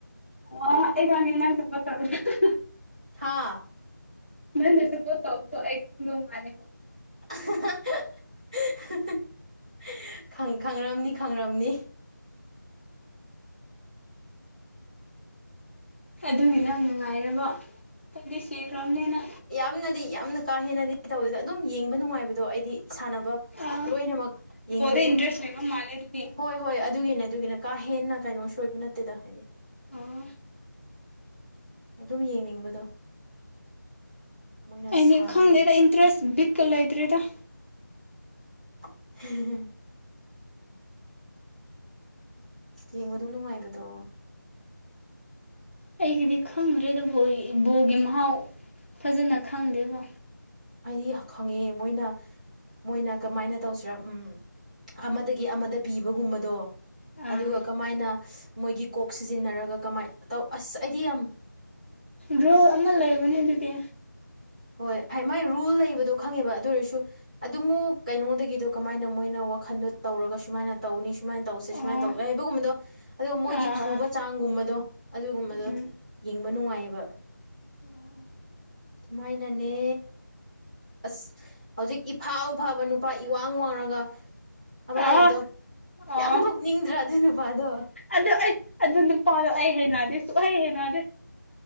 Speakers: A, on the left; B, on the right.
A: <unintelligible>
B: ꯍꯥ
A: <unintelligible>
B: <unintelligible> ꯈꯪ ꯈꯪꯔꯝꯅꯤ ꯈꯪꯔꯝꯅꯤ
A: ꯑꯗꯨꯅꯤ ꯅꯪ ꯅꯨꯡꯉꯥꯏꯔꯕꯣ ꯑꯩꯗꯤ ꯁꯤꯈ꯭ꯔꯝꯅꯤꯅ
B: ꯅꯗꯤ ꯌꯥꯝꯅ ꯀꯥ ꯍꯦꯟꯅꯗꯤ ꯇꯧꯗꯦꯗ ꯑꯗꯨꯝ ꯌꯦꯡꯕ ꯅꯨꯡꯉꯥꯏꯕꯗꯣ ꯑꯩꯗꯤ ꯁꯥꯟꯅꯕ
A: ꯑꯥ
B: ꯂꯣꯏꯅꯃꯛ ꯌꯦꯡꯕ
A: ꯕꯣꯜꯗ
B: ꯑꯗꯨꯝ
A: ꯏꯟꯇꯔꯦꯁ ꯂꯩꯕ ꯃꯥꯜꯂꯦ ꯑꯗꯨꯗꯤ
B: ꯍꯣꯏ ꯍꯣꯏ ꯑꯗꯨꯒꯤꯅꯦ ꯑꯗꯨꯒꯤꯅꯦ ꯀꯥ ꯍꯦꯟꯅ ꯀꯩꯅꯣ ꯁꯣꯏꯕ ꯅꯠꯇꯦꯗ ꯍꯥꯏꯗꯤ
A: ꯑꯣ
B: ꯑꯗꯨꯝ ꯌꯦꯡꯅꯤꯡꯕꯗꯣ ꯃꯣꯏꯅ
A: ꯑꯩꯗꯤ
B: ꯁꯥꯟꯅꯕ
A: ꯈꯪꯗꯦꯗ ꯏꯟꯇꯔꯦꯁ ꯕꯤꯠꯀ ꯂꯩꯇ꯭ꯔꯦꯗ
B: <unintelligible> ꯌꯦꯡꯕ ꯑꯗꯨꯝ ꯅꯨꯡꯉꯥꯏꯕꯗꯣ
A: ꯑꯩꯒꯤꯗꯤ ꯈꯪꯗ꯭ꯔꯦꯗ ꯕꯣ ꯕꯣꯒꯤ ꯃꯍꯥꯎ ꯐꯖꯅ ꯈꯪꯗꯦꯕ
B: ꯑꯩꯗꯤ ꯈꯪꯉꯦ ꯃꯣꯏꯅ ꯃꯣꯏꯅ ꯀꯃꯥꯏꯅ ꯇꯧꯁꯤꯔ ꯎꯝ ꯑꯃꯗꯒꯤ ꯑꯃꯗ ꯄꯤꯕꯒꯨꯝꯕꯗꯣ
A: ꯑꯥ
B: ꯑꯗꯨꯒ ꯀꯃꯥꯏꯅ ꯃꯣꯏꯒꯤ ꯀꯣꯛ ꯁꯤꯖꯤꯟꯅꯔꯒ ꯀꯃꯥꯏ ꯇꯧ ꯑꯁ ꯑꯩꯗꯤ ꯌꯥꯝ
A: ꯔꯨꯜ ꯑꯃ ꯂꯩꯕꯅꯦ ꯑꯗꯨꯗꯤ
B: ꯍꯣꯏ ꯃꯥꯏ ꯔꯨꯜ ꯂꯩꯕꯗꯣ ꯈꯪꯉꯦꯕ ꯑꯗꯨ ꯑꯣꯏꯔꯁꯨ ꯑꯗꯨꯃꯨꯛ ꯀꯩꯅꯣꯗꯒꯤꯗꯨ ꯀꯃꯥꯏꯅ ꯃꯣꯏꯅ ꯋꯥꯈꯟꯗꯣ ꯇꯧꯔꯒ ꯁꯨꯃꯥꯏꯅ ꯇꯧꯅꯤ ꯁꯨꯃꯥꯏꯅ ꯇꯧꯁꯦ
A: ꯑꯣ
B: ꯁꯨꯃꯥꯏ ꯇꯧꯒꯦ ꯍꯥꯏꯕꯒꯨꯝꯕꯗꯣ ꯑꯗꯣ ꯃꯣꯏꯒꯤ
A: ꯑꯥ
B: ꯊꯨꯕ ꯆꯥꯡꯒꯨꯝꯕꯗꯣ ꯑꯗꯨꯒꯨꯝꯕꯗꯣ
A: ꯎꯝ
B: ꯌꯦꯡꯕ ꯅꯨꯡꯉꯥꯏꯌꯦꯕ
A: <inaudible>
B: ꯃꯣꯏꯅꯅꯦ ꯑꯁ ꯍꯧꯖꯤꯛ ꯏꯐꯥꯎ ꯐꯥꯎꯕ ꯅꯨꯄꯥ ꯏꯋꯥꯡ ꯋꯥꯡꯉꯒ ꯑꯃ ꯂꯩꯕꯗꯣ
A: ꯑꯥ ꯑꯣ
B: ꯌꯥꯝ ꯅꯣꯛꯅꯤꯡꯗ꯭ꯔꯥ ꯑꯗꯨ ꯅꯨꯄꯥꯗꯣ
A: ꯑꯗꯨ ꯑꯩ ꯑꯗꯨ ꯅꯨꯄꯥꯗꯣ ꯑꯩ ꯍꯩꯟꯅꯗꯦ ꯁꯨꯛꯍꯩ ꯍꯩꯅꯗꯦ